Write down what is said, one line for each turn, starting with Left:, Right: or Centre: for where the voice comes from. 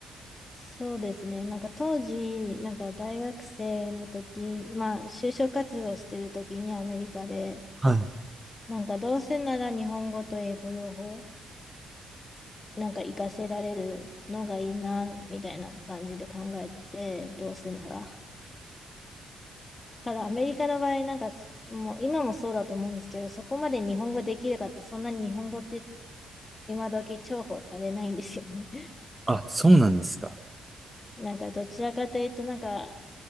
Left: そうですね、なんか当時、なんか大学生の時、まあ就職活動してる時にアメリカで、
Right: はい。
Left: なんかどうせなら日本語と英語両方、なんか活かせられるのがいいな、みたいな感じで考えてて、どうせなら。ただアメリカの場合、なんか、もう今もそうだと思うんですけど、そこまで日本語できるかって、そんなに日本語って今時重宝されないんですよね。<laughs>
Right: あ、そうなんですか。
Left: なんかどちらかというと、なんか